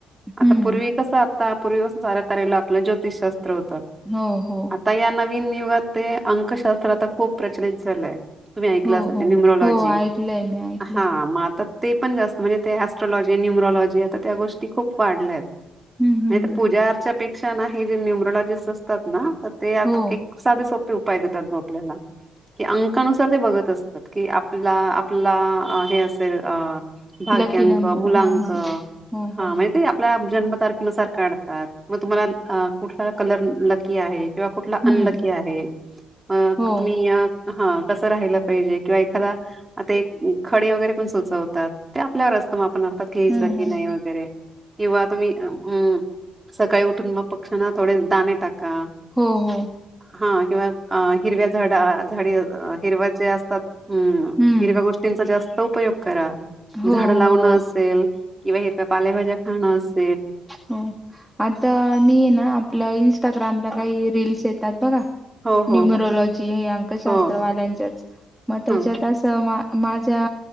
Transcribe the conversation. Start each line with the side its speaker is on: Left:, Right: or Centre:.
Centre: हम्म
Right: आता पूर्वी कसं? आता पुर्वी पसनं सारं करायला आपलं, जोतिषशास्त्र होत
Centre: हो हो
Right: आता या नविन निव्ह ते अंकशास्त्र आता खूप प्रचलित झालंय, तुम्ही ऐकलं
Centre: हो
Right: असाल
Centre: हो
Right: ते न्युमलॉजी.
Centre: हो ऐकलंय मी ऐकलंय
Right: हा, मग आता ते पण जास्त म्हणजे ते ऍस्ट्रॉलॉजी न्युमरॉलॉजी आता त्या गोष्टी खूप वाढल्या आहेत.
Centre: हम्म
Right: नाही,
Centre: हम्म
Right: त्या
Centre: हम्म
Right: पूजा अर्च्या पेक्षा ना हे जे न्युमरोलॉजिस्ट असतात ना तर ते
Centre: हो
Right: एक साधे सोपे उपाय उपाय देतात, मग आपल्याला ते अंकानुसार ते बघतं असतात, की आपला आपला हे असेल अ भाग्यांक
Centre: लकी नंबर
Right: मुलांक
Centre: हा हा हो हो
Right: हा म्हणजे ते आपल्या जन्मतारखे नुसार काढतात, मग तुम्हाला अ कुठला कलर लकी आहे. किंवा कुठला
Centre: हम्म
Right: अनलकी आहे, अ
Centre: हो
Right: तुम्ही या हा कसं राहिलं पाहिजे, किंवा एखादा आता एक खडे वगैरे पण सुचवतात, ते आपल्यावर असतं ते आपण घ्यायचं
Centre: हम्म
Right: की
Centre: हम्म
Right: नाही वगैरे. किंवा तुम्ही अं सकाळी उठून मग पक्ष्यांना थोडे दाणे टाक का.
Centre: हो हो
Right: हा किंवा हिरव्या झाडा झाडी हिरव्या ज्या असतात, हम
Centre: हम्म
Right: हिरव्या गोष्टींचा जास्त उपयोग करा,
Centre: हो
Right: झाडं
Centre: हो
Right: लावणं असेल किंवा हिरव्या पालेभाज्या खाणं असेल.
Centre: हो, आता मी आहे ना आपलं इन्स्टाग्रामला काही रील्स येतात बघा.
Right: हो हो
Centre: न्युमरोलॉजी
Right: हो
Centre: हे अंकशास्त्र
Right: हो
Centre: वाल्यांच्याच मग त्याच्यात
Right: ह
Centre: असं माझ्या